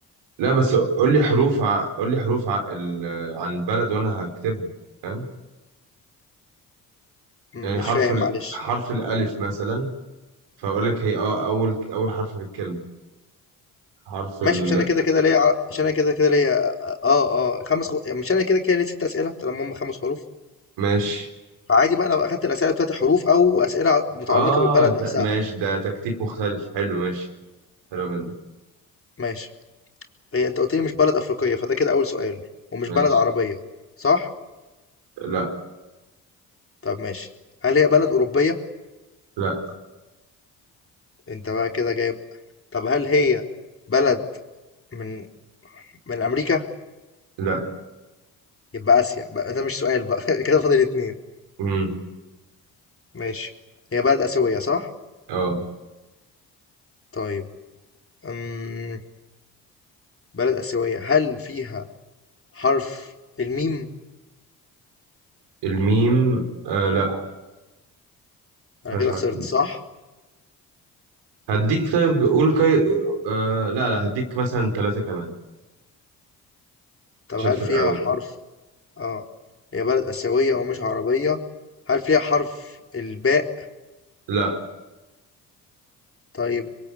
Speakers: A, on the right (about 80°); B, on the left (about 30°).
A: لا بس قول لي حروف ع... قول لي حروف ع... ال... عن البلد وأنا هكتبها فاهم؟
B: م-
A: يعني
B: مش
A: حرف
B: فاهم
A: ال...
B: معلش
A: حرف الألف مثلا فأقول لك هي اه أول أول حرف في الكلمة حرف ال
B: ماشي مش انا كده كده ليا ع- مش انا كده كده ليا اه اه خمس خ... يعني مش انا كده كده ليا ست اسئله طالما هم خمس حروف
A: ماشي
B: فعادي بقى لو اخدت الاسئله بتاعت حروف او اسئله متعلقه
A: اه
B: بالبلد
A: ت...
B: نفسها
A: ماشي ده تكتيك مختلف حلو ماشي حلو منك
B: ماشي هي انت قلت لي مش بلد افريقيه فده كده اول سؤال ومش
A: ماشي
B: بلد عربيه صح
A: لا
B: طب ماشي هل هي بلد اوروبيه
A: لا
B: انت بقى كده جايب طب هل هي بلد من من امريكا
A: لا
B: يبقى اسيا بقى ده مش سؤال بقى <laughs> كده فاضل اتنين
A: امم
B: ماشي هي بلد اسيويه صح
A: اه
B: طيب أمم، بلد اسيويه هل فيها حرف الميم
A: الميم آه لا
B: أنا
A: مش
B: كده
A: عارف
B: خسرت
A: الميم.
B: صح؟
A: هديك طيب قول كي... آه لا لا هديك مثلا ثلاثة كمان
B: طب
A: عشان
B: هل
A: في
B: فيها
A: الأول
B: حرف
A: كده.
B: آه هي بلد آسيوية ومش عربية هل فيها حرف الباء؟
A: لا
B: طيب